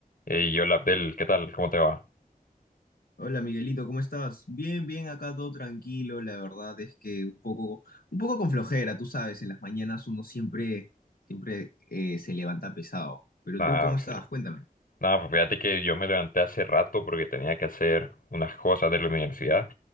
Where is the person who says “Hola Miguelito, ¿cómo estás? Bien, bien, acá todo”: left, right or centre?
Left